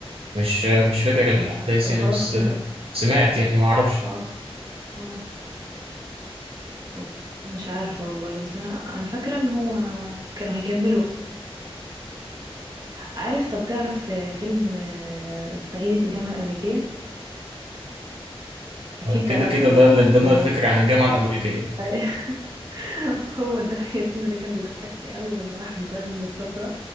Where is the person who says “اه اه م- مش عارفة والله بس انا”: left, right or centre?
Right